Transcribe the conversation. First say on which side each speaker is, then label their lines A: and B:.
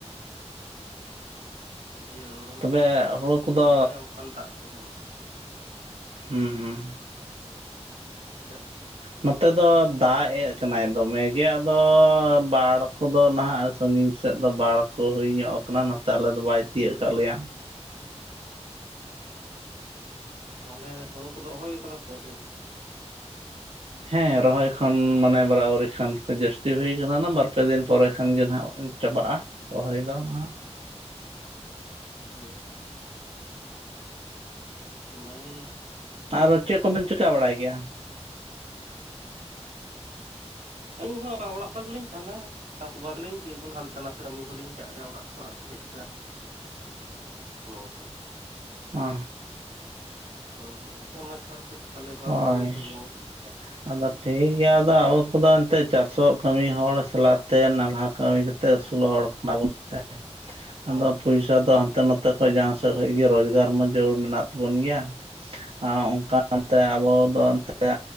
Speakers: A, on the right; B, on the right.
A: ᱡᱮ ᱦᱩᱲᱩᱢ
B: ᱛᱚᱵᱮ ᱦᱩᱲᱩ ᱠᱚᱫᱚ
A: ᱨᱚᱦᱚᱭᱟ ᱚᱱᱠᱟᱱ ᱫᱟᱜ ᱜᱮ ᱵᱟᱹᱱᱩᱜ-ᱟ
B: ᱦᱩᱸ ᱦᱩᱸ
A: ᱞᱟᱹᱭ ᱢᱮ
B: ᱱᱚᱛᱮ ᱫᱚ ᱫᱟᱜ ᱮᱡ ᱠᱟᱱᱟᱭ ᱫᱚᱢᱮ ᱜᱮ ᱟᱫᱚ ᱵᱟᱲ ᱠᱚᱫᱚ ᱱᱟᱦᱟᱜ ᱥᱟᱺᱜᱤᱧ ᱥᱮᱫ ᱫᱚ ᱵᱟᱲ ᱠᱚ ᱦᱩᱭ ᱧᱚᱜ ᱟᱠᱟᱱᱟ ᱱᱚᱛᱮ ᱟᱞᱮᱫᱚ ᱵᱟᱭ ᱛᱤᱭᱟᱹᱜ ᱟᱠᱟᱫ ᱞᱮᱭᱟ
A: ᱛᱟᱦᱚᱞᱮ ᱦᱩᱲᱩ ᱠᱚ ᱨᱚᱦᱚᱭ ᱟᱠᱟᱫᱟ ᱟᱹᱣᱨᱤ
B: ᱦᱮᱸ ᱨᱚᱦᱚᱭ ᱠᱷᱚᱱ ᱢᱟᱱᱮ ᱵᱟᱨᱟᱵᱟᱨᱤ ᱠᱷᱟᱱ ᱡᱟᱹᱥᱛᱤ ᱦᱩᱭ ᱠᱟᱱᱟ ᱵᱟᱨᱯᱮ ᱫᱤᱱ ᱯᱚᱨᱮ ᱠᱷᱟᱱ ᱜᱮ ᱱᱟᱜ ᱪᱟᱵᱟᱜ-ᱟ ᱨᱚᱦᱚᱭᱮᱫ ᱱᱟᱦᱟᱜ
A: ᱦᱮᱸ ᱵᱷᱟᱜᱮ ᱜᱮ
B: ᱟᱨᱚ ᱪᱮᱫ ᱠᱚᱵᱮᱱ ᱪᱤᱠᱟᱹ ᱵᱟᱲᱟᱭ ᱜᱮᱭᱟ
A: ᱤᱧᱦᱚᱸ ᱚᱠᱟ ᱚᱲᱟᱜ ᱠᱷᱚᱱ ᱜᱮᱞᱤᱧ ᱛᱟᱦᱮᱱᱟ ᱪᱟᱥᱵᱟᱥ ᱞᱤᱧ ᱪᱚᱱ ᱦᱟᱱᱛᱮ ᱱᱟᱛᱮ ᱠᱟᱹᱢᱤ ᱦᱚᱞᱤᱧ ᱪᱟᱞᱟᱜ ᱜᱮᱭᱟ ᱚᱲᱟᱜ ᱠᱷᱚᱱ ᱟᱨᱠᱤ ᱦᱮᱡ ᱥᱮᱱ ᱱᱚᱝᱠᱟ
B: ᱦᱳ
A: ᱦᱚ ᱚᱱᱟ ᱪᱷᱟᱲ ᱫᱚ ᱪᱮᱫᱠᱟ ᱞᱮᱵᱟᱨ
B: ᱦᱳᱭ
A: ᱠᱟᱹᱢᱤ ᱠᱚ ᱡᱮᱢᱚᱱ
B: <unintelligible> ᱟᱫᱚ ᱴᱷᱤᱠ ᱜᱮᱭᱟ ᱟᱫᱚ ᱟᱵᱚ ᱠᱚᱫᱚ ᱮᱱᱛᱮᱫ ᱪᱟᱥᱚᱜ ᱠᱟᱹᱢᱤ ᱦᱚᱲ ᱥᱟᱞᱟᱜᱛᱮ ᱱᱟᱞᱦᱟ ᱠᱟᱹᱢᱤ ᱠᱟᱛᱮ ᱛᱮ ᱟᱹᱥᱩᱞ ᱦᱚᱲ ᱠᱟᱱᱟ ᱵᱚᱱ ᱥᱮ <unintelligible>
A: ᱦᱮᱸ
B: ᱟᱫᱚ ᱯᱚᱭᱥᱟ ᱫᱚ ᱦᱟᱱᱛᱮ ᱱᱟᱛᱮ ᱠᱷᱚᱡ ᱡᱟᱦᱟᱸᱥᱮᱡ ᱠᱷᱚᱡ ᱜᱮ ᱨᱚᱡᱽᱜᱟᱨ ᱢᱟ ᱡᱟᱹᱨᱩᱲ ᱢᱮᱱᱟᱜ ᱛᱟᱵᱚᱱ ᱜᱮᱭᱟ᱾ ᱟᱨ ᱚᱱᱠᱟᱛᱮ ᱟᱵᱚ ᱫᱚ ᱮᱱᱛᱮ